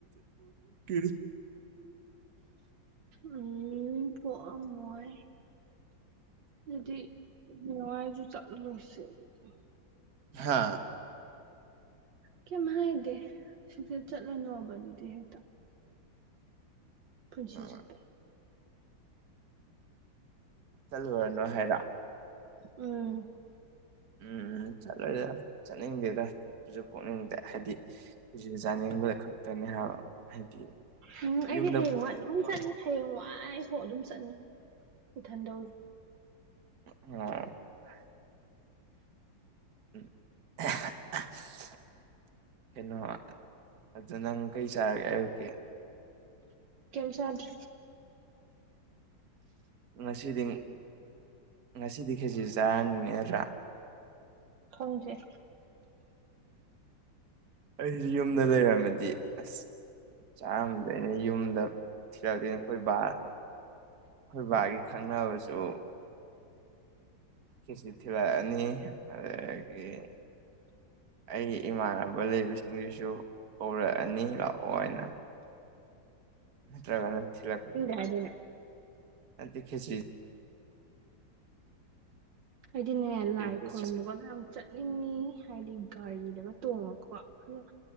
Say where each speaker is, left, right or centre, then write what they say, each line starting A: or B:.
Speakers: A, on the right; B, on the right.
A: <unintelligible>
B: ꯎꯝ ꯄꯥꯛ ꯑꯝꯃꯣꯏ ꯑꯗꯨꯗꯤ ꯅꯨꯡꯉꯥꯏꯁꯨ ꯆꯠꯂ ꯂꯣꯏꯁꯦ ꯑꯗꯨꯗꯤ <inaudible>
A: ꯍꯥ
B: ꯀꯦꯃ ꯏꯗꯦ ꯁꯨꯁꯤ ꯆꯠꯂꯅꯣꯕꯗꯨꯗꯤ ꯍꯦ ꯄꯨꯟꯁꯤ
A: ꯎꯝ
B: ꯆꯨꯞꯄ
A: ꯆꯠꯂꯨꯔꯅ‌ꯣ ꯍꯥꯏꯔ‌ꯣ
B: ꯎꯝ
A: ꯎꯝ ꯆꯠꯂꯣꯏꯗ ꯆꯠꯅꯤꯡꯗꯦꯗ ꯆꯠꯄꯁꯨ ꯄꯣꯛꯅꯤꯡꯗꯦ ꯍꯥꯏꯗꯤ ꯖꯤꯝ ꯖꯥꯅꯤꯡꯕꯈꯛꯇꯅꯦ ꯍꯥꯏꯕ ꯍꯥꯏꯗꯤ
B: ꯎꯝ ꯑꯩꯗꯤ
A: ꯌꯨꯝꯗ
B: ꯍꯌ‌ꯦꯡꯋꯥꯏ
A: ꯄꯨ
B: ꯑꯗꯨꯝ ꯆꯠꯅꯤ ꯍꯌꯦꯡ ꯋꯥꯥꯏ ꯍꯣ ꯑꯗꯨꯝ ꯆꯠꯅꯤ ꯏꯊꯟꯗꯧ
A: <unintelligible> <unintelligible> ꯀꯩꯅꯣ ꯑꯗꯨꯗ ꯅꯪ ꯀꯩ ꯆꯥꯔꯒꯦ ꯑꯌꯨꯛꯀꯤ
B: ꯀꯩꯝ ꯆꯥꯗꯔꯤ
A: ꯉꯁꯤꯗꯤ ꯉꯁꯤꯗꯤ ꯈꯦꯖꯔꯤ ꯆꯥꯔꯅꯤꯅꯦ ꯅꯠꯗ꯭ꯔꯥ
B: ꯈꯪꯗ‌ꯦ
A: ꯑꯩꯖꯨ ꯌꯨꯝꯗ ꯂꯩꯔꯝꯃꯗꯤ ꯑꯁ ꯆꯥꯔꯝꯗ‌ꯣꯏꯅ‌ꯦ ꯌꯨꯝꯗ꯫ ꯊꯤꯔꯛꯇꯩꯅ‌ꯦ ꯑꯩꯈꯣꯏ ꯕꯥ ꯑꯩꯈꯣꯏ ꯕꯥꯒꯤ ꯈꯪꯅꯕꯁꯨ ꯀꯦꯖꯤ ꯊꯤꯔꯛꯑꯅꯤ ꯑꯗꯒꯤ꯫ ꯑꯩ ꯏꯃꯥꯟꯅꯕ ꯂꯩꯕꯁꯤꯡꯗꯨꯁꯨ꯫ ꯀꯧꯔꯛꯑꯅꯤ ꯂꯥꯛꯑꯣ ꯍꯥꯏꯅ ꯅꯠꯇ꯭ꯔꯒꯅ ꯊꯤꯜꯂꯛꯄꯁꯨ <unintelligible>
B: ꯀꯥꯏꯗꯩꯅꯦ꯫
A: ꯅꯠꯇ‌ꯦ ꯈꯦꯆꯤ꯫
B: ꯑꯩꯗꯤꯅꯦ ꯂꯥꯏ
A: ꯈꯦꯆꯤ
B: ꯈ‌ꯣꯏꯔꯝꯕꯒꯗ‌ꯣ ꯌꯥꯝ ꯆꯠꯅꯤꯡꯉꯤ ꯍꯥꯏꯗꯤ ꯒꯥꯔꯤꯗꯒ ꯇꯣꯡꯉꯒꯀꯣ ꯗ‌ꯣ